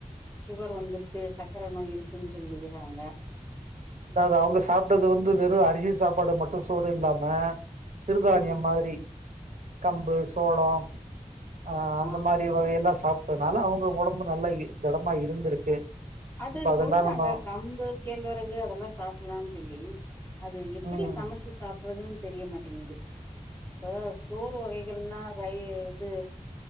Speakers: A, on the left (about 20°); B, on the right (about 80°).
A: சுகர் வந்துருச்சு சக்கர சக்கர நோய் இருக்குன்னு சொல்லிறாங்க
B: அதாவது அவங்க சாப்பிட்டது வந்து வெறும் அரிசி சாப்பாடு மட்டும் சோறு இல்லாம சிறுதானியம்
A: ம்.
B: மாதிரி கம்பு சோளம் ஆஹ் அந்த
A: ஆமா.
B: மாதிரி வகையெல்லாம் சாப்ப அதனால அவங்க உடம்பு நல்லா திடமா இருந்திருக்கு
A: அது
B: இப்ப அதெல்லா
A: சொல்றாங்க
B: நம்ம
A: கம்பு கேழ்வரகு அதெல்லாம் சாப்பலாம்னு சொல்லி அது எப்படி
B: ம்
A: சமைச்சு சாப்பிட சாப்றதுன்னு தெரிய மாட்டேங்குது இப்ப சோறு வகைகள்னா ரய இது